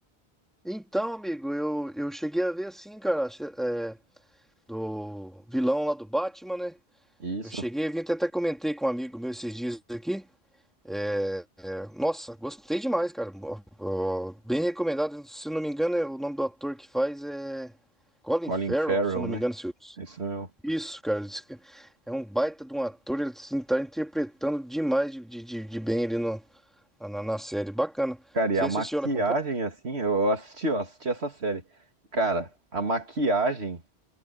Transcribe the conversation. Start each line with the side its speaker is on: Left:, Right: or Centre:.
Centre: Então, amigo, eu, eu cheguei a ver assim, cara, che- é, do vilão lá do Batman, né?
Right: Isso,
Centre: Eu cheguei a ver até até comentei com um amigo meu esses dias aqui. É, é, nossa, gostei demais, cara. Ó, ó, bem recomendado. Se não me engano, é- o nome do ator que faz é Colin
Right: Colin
Centre: Farrell,
Right: Farrell,
Centre: se não
Right: né?
Centre: me engano. se eu-
Right: Isso mesmo.
Centre: Isso, cara. Esse ca- É um baita de um ator. Ele assim, tá interpretando demais de, de, de- de bem ali no, na, na- na série. Bacana.
Right: Cara,
Centre: Você
Right: e a
Centre: assistiu
Right: maquiagem,
Centre: ela completa?
Right: assim, eu eu assisti, eu assisti essa série. Cara, a maquiagem